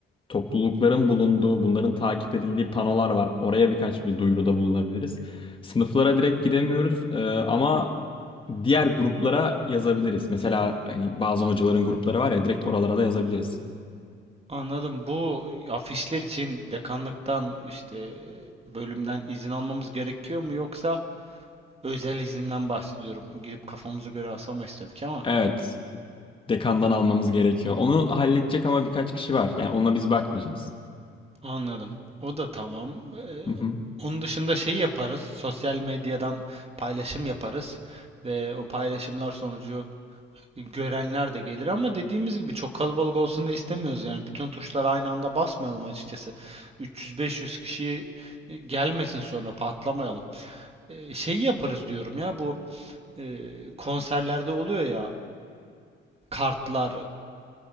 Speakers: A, on the left; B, on the right.
A: toplulukların bulunduğu, bunların takip edildiği panolar var. Oraya birkaç bir duyuruda bulunabiliriz. Sınıflara direkt gidemiyoruz e, ama diğer gruplara yazabiliriz. Mesela hani bazı hocaların grupları var ya direkt oralara da yazabiliriz.
B: Anladım. Bu afişler için dekanlıktan işte bölümden izin almamız gerekiyor mu yoksa özel izinden bahsediyorum. Girip kafamıza göre asamayız tabii ki ama
A: Evet, dekandan almamız gerekiyor. Onu halledecek ama birkaç kişi var. Yani ona biz bakmayacağız.
B: anladım. O da tamam. Ee,
A: Hı hı.
B: onun dışında şey yaparız. Sosyal medyadan paylaşım yaparız ve o paylaşımlar sonucu görenler de gelir ama dediğimiz gibi çok kalabalık olsun da istemiyoruz. Yani bütün tuşlara aynı anda basmayalım açıkçası. 300-500 kişi gelmesin sonra patlamayalım. e, şeyi yaparız diyorum ya bu e, konserlerde oluyor ya kartlar